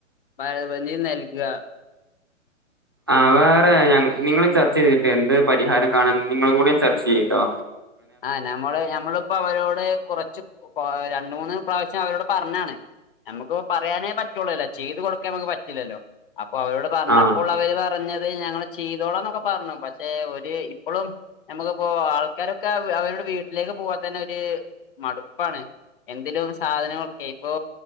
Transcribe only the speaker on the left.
<unintelligible> നൽകാ.
ആഹ് നമ്മള് ഞമ്മളിപ്പോ അവരോട് കുറച്ചും രണ്ടു മൂന്ന് പ്രാവശ്യം അവരോട് പറഞ്ഞാണ്. ഞമ്മക്കിപ്പൊ പറയാനേ പറ്റൊള്ളേലോ. ചെയ്ത് കൊടുക്കാൻ നമുക്ക് പറ്റില്ലല്ലോ. അപ്പൊ അവരോട് പറഞ്ഞപ്പോൾ
അവര് പറഞ്ഞത് ഞങ്ങള് ചെയ്തോളാന്നൊക്കെ പറഞ്ഞു. പക്ഷെ ഒരു ഇപ്പളും നമുക്കിപ്പോ ആൾക്കാരൊ ക്കെ അവ അവരുടെ വീട്ടിലേക്ക് പോവാൻ തന്നെ ഒരു മടുപ്പാണ്. എന്തെലും സാധനങ്ങളൊക്കെ ഇപ്പൊ